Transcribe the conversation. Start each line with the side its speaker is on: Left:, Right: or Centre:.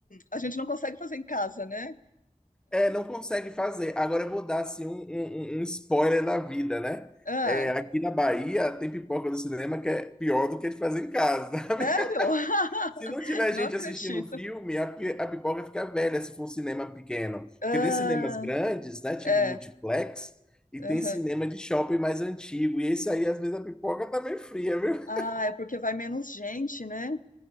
Left: A gente não consegue fazer em casa, né?
Centre: É, não consegue fazer. Agora eu vou dar assim, um, um- um um spoiler da vida, né?
Left: Ah,
Centre: É, aqui na Bahia tem pipoca do cinema que é pior do que de fazer em casa, <laughs> tá?
Left: sério? <laughs>
Centre: Se não tiver
Left: Não
Centre: gente
Left: acredito.
Centre: assistindo o filme, a, pi- a pipoca fica velha se for um cinema pequeno.
Left: Ah,
Centre: Porque tem cinemas grandes, né? Tipo
Left: é.
Centre: multiplex, e
Left: aham.
Centre: tem cinema de shopping mais antigo. E esse aí, às vezes, a pipoca tá meio fria, viu?
Left: Ah, é porque vai menos gente, né?